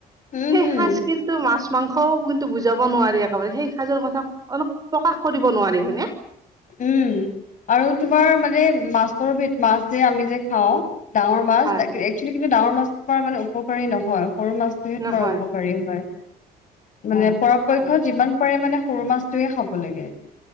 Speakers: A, on the left; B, on the right.
A: উম,
B: সেই
A: হুম,
B: সাঁজ কিন্তু মাছ মাংসও বুল টো বুজাব নোৱাৰি একেবাৰে সেই সাজৰ কথা অলপ প্ৰকাশ কৰিব নোৱাৰি, হয়নে?
A: উম আৰু তোমাৰ মানে মাছৰ ভিত মাছ যে আমি যে খাওঁ ডাঙৰ মাছ
B: হয়
A: একচুৱেলি কিন্তু ডাঙৰ মাছৰ পৰা মানে উপকাৰী নহয় সৰু মাছ যিহে
B: নহয়
A: তোমাৰ উপকাৰী হয় মানে পৰাপক্ষ
B: হয়,
A: যিমান পাৰে মানে সৰু মাছ টোৱে খাব লাগে।